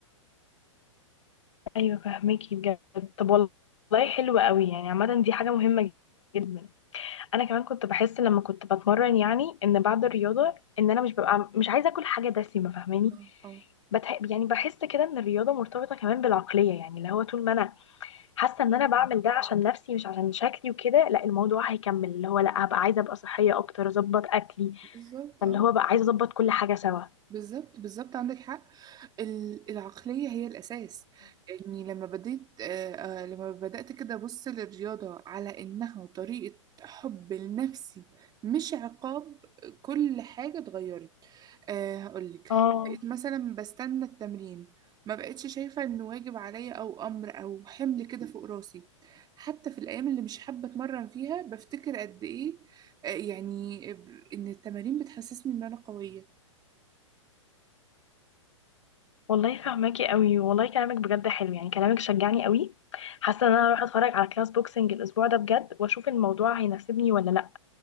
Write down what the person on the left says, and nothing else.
ايوه فهميكي بجد طب والله حلو قوي يعني عامه دي حاجه مهمه جدا انا كمان كنت بحس لما كنت بتمرن يعني ان بعد الرياضه ان انا مش ببقى مش عايزه اكل حاجه دسمه فاهماني
بتح... يعني بحس كده ان الرياضه مرتبطه كمان بالعقليه يعني اللي هو طول ما انا حاسه ان انا بعمل ده عشان نفسي مش عشان شكلي وكده لا الموضوع هيكمل اللي هو لا هبقى عايزه ابقى صحيه اكتر اظبط اكلي
اللي هو بقى عايزه اظبط كل حاجه سوا
اه
والله فهماكي قوي والله كلامك بجد حلو يعني كلامك شجعني قوي حاسه ان انا اروح اتفرج على كلاس بوكسنج الاسبوع ده بجد واشوف الموضوع هيناسبني ولا لا